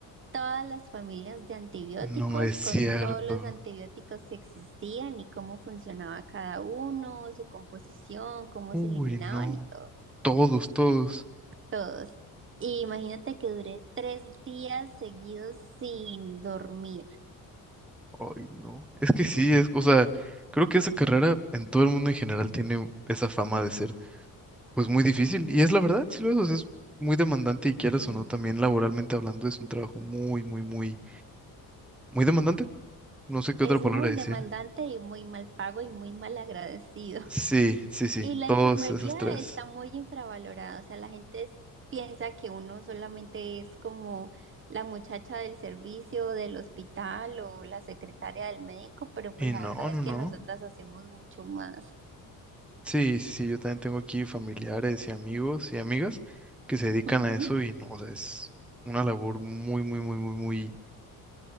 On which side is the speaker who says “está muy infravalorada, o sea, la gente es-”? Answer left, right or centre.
Right